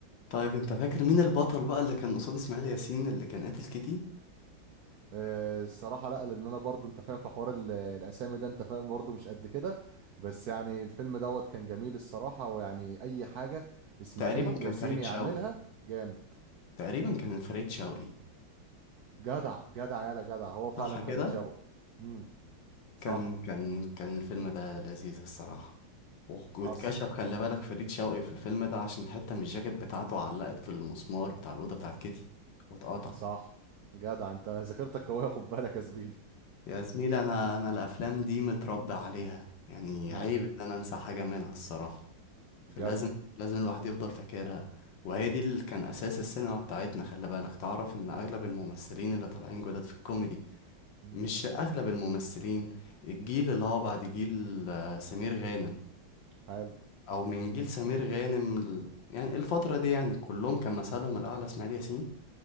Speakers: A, on the left; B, on the right.
A: طيب انت فاكر مين البطل بقى اللي كان قصاد اسماعيل ياسين اللي كان قاتل كيتي
B: آه، الصراحه لا لان انا برضه انت فاهم في حوار ال- الاسامي ده انت فاهم برضه مش قد كده بس يعني الفيلم دوت كان جميل الصراحه ويعني اي حاجه اسماعيل
A: تقريبا كان
B: ياسين
A: فريد
B: يعملها
A: شوقي
B: جامد
A: تقريبا كان فريد شوقي
B: جدع جدع يالا جدع هو فعلا
A: صح
B: فريد
A: كده
B: شوقي امم صح
A: كان كان كان الفيلم ده لذيذ الصراحة و- واتكشف
B: حصل
A: خلي بالك فريد شوقي في الفيلم ده عشان حتة من الجاكيت بتاعته علقت في المسمار بتاع الأوضة بتاعت كيتي واتقطع
B: صح جدع انت ذاكرتك قويه خد بالك يا زميلي
A: يا زميلي أنا أنا الأفلام دي متربي عليها يعني
B: امم
A: عيب إن أنا أنسى حاجة منها الصراحة فلازم
B: جدع
A: لازم الواحد يفضل فاكرها وهي دي اللي كان أساس السينما بتاعتنا خلي بالك تعرف إن أغلب الممثلين اللي طالعين جداد في الكوميدي
B: مم.
A: مش اغلب الممثلين الجيل اللي هو بعد جيل آه، سمير غانم
B: حلو
A: او من جيل سمير غانم ل- يعني الفترة دي يعني كلهم كان مثلهم الاعلى اسماعيل ياسين